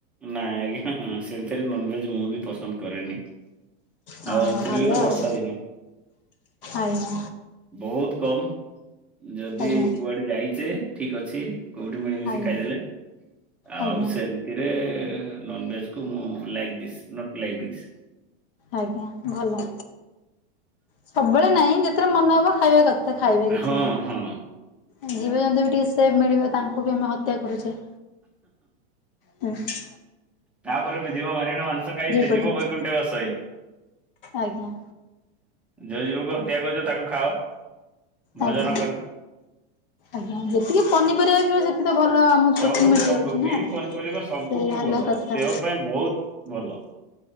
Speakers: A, in the centre; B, on the left.
A: ନାଇଁ ଆଜ୍ଞା ହଁ ସେମଥିରେ ନନଭେଜ ମୁଁ ବି ପସନ୍ଦ କରେନି।
B: ହଁ
A: ଆଉ ଏମିତିରେ
B: ଭଲ
A: ବି ତ
B: ଆଉ
A: ବର୍ଷା ଦିନ
B: ଆଜ୍ଞା
A: ବହୁତ କମ ଯଦି
B: ଆଜ୍ଞା
A: କୁଆଡେ ଯାଇଛେ ଠିକ ଅଛି। କୋଉଠି ମିଳିମିଶି
B: ଆଜ୍ଞା
A: ଖାଇଦେଲେ ଆଉ
B: ଆଜ୍ଞା।
A: ସେମ ଥିରେ ନନଭେଜ କୁ ମୁଁ ଲଗ ଦିସ୍ ନଟ ଲଗ ଦିସ୍
B: ଆଜ୍ଞା ଭଲ। ସବୁବେଳେ ନାଇଁ ଯେତେବେଳେ ମନେ ହବ ଖାଇବା କଥା ଖାଇବେ କିଛି
A: ହଁ
B: ନାହିଁ।
A: ହଁ
B: ଜୀବଜନ୍ତୁ ବି ଟିକେ ସେ ମିଳିବ ତାଙ୍କୁ ବି ଆମେ ହତ୍ୟା କରୁଛେ। ହଁ।
A: ତାପରେ ବି ଯିବ ମାରଣ ମାଂସ ଖାଇ ସେ
B: କରିଦଉଛେ
A: ଯିବ ବୈକୁଣ୍ଠ ବାସେଇ
B: ଆଜ୍ଞା।
A: ଯୋଉ ଯୀବକୁ ହତ୍ୟା କରୁଛ ତାକୁ ଖାଅ
B: ଆଜ୍ଞା।
A: ଭୋଜନ କର
B: ଆଜ୍ଞା ଯେତିକି ପନିପରିବା କି ସେ ତ ଭଲ ଆମ
A: ସବୁଠୁ
B: ଚଟି ମିଳି
A: ସବୁଠୁ
B: ଯାଉଛି
A: ଗ୍ରୀନ୍
B: ନା ସେଇୟା
A: ପନିପରିବା ସବୁଠୁ
B: ହେଲା
A: ଭଲ
B: କଥା।
A: ଦେହ ପାଇଁ ବହୁତ ଭଲ।